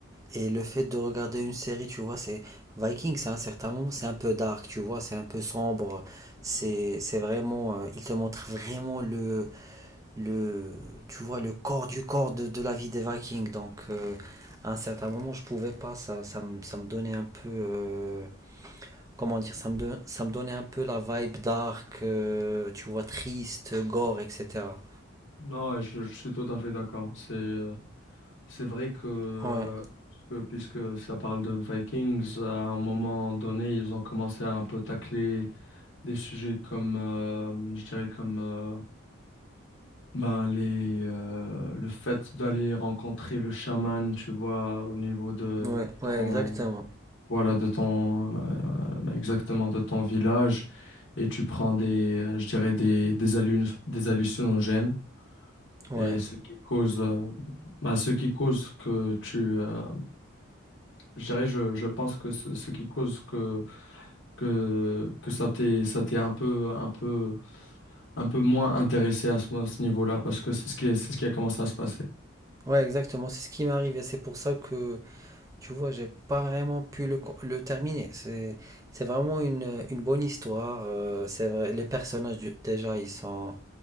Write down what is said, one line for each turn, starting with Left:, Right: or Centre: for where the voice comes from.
Right: Et le fait de regarder une série, tu vois, c'est Vikings, à un certain moment, c'est un peu dark, tu vois, c'est un peu sombre. C'est c'est vraiment, euh, il te montre vraiment le, le, tu vois, le corps du corps de, de la vie des Vikings. Donc, euh, à un certain moment, je pouvais pas, ça, ça, me- ça me donnait un peu, euh, comment dire, ça me, don- ça me donnait un peu la vibe dark, euh, tu vois, triste, gore, etc.
Left: Non, ouais, je, je suis tout à fait d'accord. C'est, euh, C'est vrai que, euh,
Right: Ouais,
Left: que puisque ça parle de Vikings, à un moment donné, ils ont commencé à un peu tacler des sujets comme, euh, je dirais comme, euh, ben les, euh, le fait d'aller rencontrer le chaman, tu vois, au niveau de
Right: ouais,
Left: ton,
Right: ouais, exactement.
Left: voilà, de ton, euh, ben exactement de ton village, et tu prends des, euh, je dirais des, des hallu- des hallucinogènes,
Right: Ouais,
Left: et ce qui cause, euh, ben, ce qui cause que tu, euh, Je dirais, je, je pense que ce, ce qui cause que, que, que ça t'est, ça t'est un peu, un peu, un peu moins intéressé à ce, à ce niveau-là, parce que c'est ce qui est, c'est ce qui a commencé à se passer.
Right: ouais, exactement. C'est ce qui m'est arrivé. C'est pour ça que Tu vois, j'ai pas vraiment pu le, co- le terminer. C'est, c'est vraiment une, une bonne histoire. euh, c'est vrai, les personnages, du- déjà, ils sont,